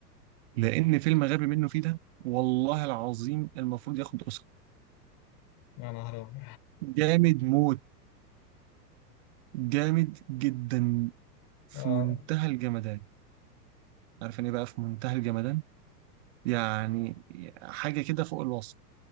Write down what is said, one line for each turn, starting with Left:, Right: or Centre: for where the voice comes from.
Right: لان فيلم غبي منه فيه ده والله العظيم المفروض ياخد اوسكار
Left: يا نهار ابيض
Right: جامد موت جامد جدا في
Left: اه
Right: منتهى الجمدان عارف يعني ايه بقى في منتهى الجمدان يعني حاجه كده فوق الوصف